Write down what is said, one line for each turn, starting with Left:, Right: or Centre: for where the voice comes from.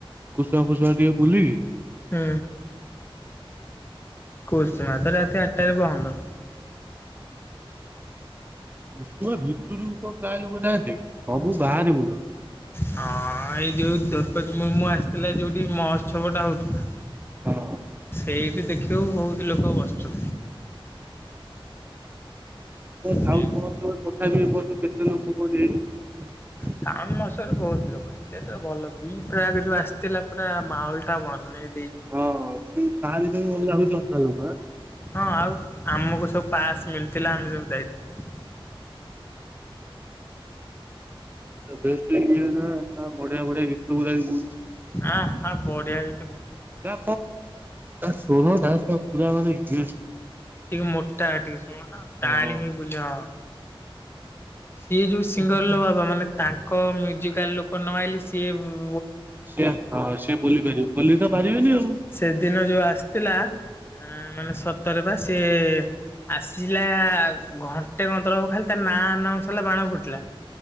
Right: କୁସା ଫୁସା ଟିକେ ବୁଲିକି
Left: ହୁଁ। କୁସୁମା ତ ରାତି ଆଠଟାରେ ବନ୍ଦ।
Right: ଉଷୁଆ ଭିତରୁକୁ କଣ ପ୍ରାୟ ଲୋକ ଯାଆଁନ୍ତି। ସବୁ ବାହାରେ ବୁଲ
Left: ହଁ ଏଇ ଯୋଉ ଦ୍ରୋପତି ମୁର୍ମୁ ଆସ ହେଲେ ଯୋଉଠି ମହୋତ୍ସବ ଟା ହଉଥିଲା।
Right: ହଁ।
Left: ଏଇଠି ଦେଖିବାକୁ ବହୁତ ଲୋକ ବସୁ
Right: ଏ ଟାଉନ
Left: ସେଇଠି।
Right: ମହୋତ୍ସବ ତଥାପି ଏ ବର୍ଷ କେତେ ଲୋକ କୁହନି ହେଇଥିଲେ।
Left: ଟାଉନ୍ ମହୋତ୍ସବରେ ବହୁତ ଲୋକ ହେଇଥିଲେ। ହେତେବେଳେ ଭଲ ବିଲ ପ୍ରାଏ ଯୋଉ ଆସିଥିଲା ପୁରା ମାହୋଲ ଟା ମନେଇ
Right: ହଁ ସେ ବାହାରିକି ଲାଗୁଛି। <unintelligible> ବା।
Left: ହଁ ଆଉ ଆମକୁ ସବୁ ପାସ୍ ମିଲ୍ ଥିଲା ଆମେ ସବୁ ଯାଇଥିଲୁ।
Right: <unintelligible> ବଢିଆ ବଢିଆ ଗୀତ ଗୁଡାକ ବି ବହୁଛି।
Left: ନା ହଁ ବଢିଆ ଗୀ
Right: <unintelligible> ଶୁଣୁ ତା ସାହ ପୁରାଣରେ ଗିଡ୍ସ।
Left: ଟିକେ ମୋଟା ଟିକେ ଶୁଣୁନ ଟାଣି
Right: ହଁ
Left: ହେଇ ବୁଲ ହଁ। ସିଏ ଯୋଉ ସିଙ୍ଗର ଲୋ ବାବା। ମାନେ ତାଙ୍କ ମ୍ୟୁଜିକାଲ୍ ଲୋକ ନ ଆଇଲେ ସିଏ ଉଁ,
Right: ସିଏ ହଁ ସିଏ ବୋଲି ପାରିବ। ବୋଲି ତ ପାରିବେନି ଆଉ। ହୁଁ।
Left: ସେଦିନ ଯୋଉ ଆସିଥିଲା ଅଁ, ମାନେ ସତରେ ବା ସି ସେ ଆସିଲା ଘଣ୍ଟେ କନ୍ତୁରୁ ଖାଲି ତା ନାଁ ନାଁ ସରଲା ବାଣ ଫୁଟିଲା